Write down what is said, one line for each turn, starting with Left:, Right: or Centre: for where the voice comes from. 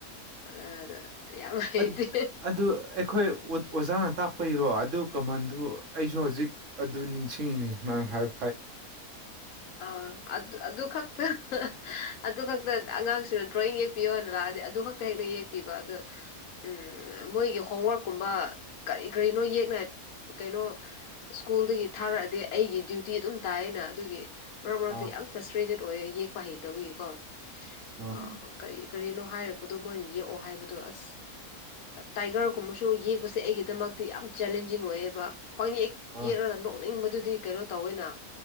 Left: ꯑ ꯌꯥꯝ ꯍꯩꯇꯦ
Right: ꯑꯠ ꯑꯗꯨ ꯑꯩꯈꯣꯏ ꯑꯣꯖꯥꯅ ꯇꯥꯛꯄ ꯏꯔꯣ ꯑꯗꯨ ꯀꯃꯟꯗꯨ ꯑꯩꯁꯨ ꯍꯧꯖꯤꯛ ꯑꯗꯨ ꯅꯤꯡꯁꯤꯡꯉꯅꯦ ꯅꯪ ꯍꯥꯏꯕ
Left: ꯑ ꯑꯗꯨ ꯑꯗꯨ ꯈꯛꯇ ꯑꯗꯨ ꯈꯛꯇ ꯑꯉꯥꯡꯁꯤꯅ ꯗ꯭ꯔꯣꯋꯤꯡ ꯌꯦꯛꯄꯤꯌꯣ ꯍꯥꯏꯅ ꯂꯥꯛꯑꯗꯤ ꯑꯗꯨ ꯈꯛꯇ ꯍꯦꯛꯟꯅ ꯌꯦꯛꯄꯤꯕ ꯑꯗꯨ ꯎꯝ ꯃꯣꯏꯒꯤ ꯍꯣꯝꯋꯥꯔꯛꯀꯨꯝꯕ ꯀꯔꯤ ꯀꯔꯤꯅꯣ ꯌꯦꯛꯅ ꯀꯩꯅꯣ ꯁ꯭ꯀꯨꯜꯗꯒꯤ ꯊꯥꯔꯛꯑꯗꯤ ꯑꯩꯒꯤ ꯗ꯭ꯌꯨ ꯇꯤ ꯑꯗꯨꯝ ꯇꯥꯏꯑꯅ ꯑꯗꯨꯒꯤ ꯃꯔꯛ ꯃꯔꯛꯇ
Right: ꯑꯥ
Left: ꯌꯥꯝ ꯐ꯭ꯔꯁꯇ꯭ꯔꯦꯇꯦꯠ ꯑꯣꯏꯌꯦ ꯌꯦꯛꯄ ꯍꯩꯇꯕꯒꯤꯀꯣ
Right: ꯑꯥ
Left: ꯑ ꯀꯔꯤ ꯀꯔꯤꯅꯣ ꯍꯥꯏꯔꯛꯄꯗꯣ ꯃꯣꯏꯅ ꯌꯦꯛꯑꯣ ꯍꯥꯏꯕꯗꯣ ꯑꯁ ꯇꯥꯏꯒꯔꯒꯨꯝꯕꯁꯨ ꯌꯦꯛꯄꯁꯦ ꯑꯩꯒꯤꯗꯃꯛꯇꯤ ꯌꯥꯝ ꯆꯦꯂꯦꯟꯖꯤꯡ ꯑꯣꯏꯑꯦꯕ ꯄꯪꯌꯦꯛꯌꯦꯛ ꯌꯦꯛꯑꯒ
Right: ꯑꯥ
Left: ꯅꯣꯛꯅꯤꯡꯕꯗꯨꯗꯤ ꯀꯩꯅꯣ ꯇꯧꯋꯦꯅ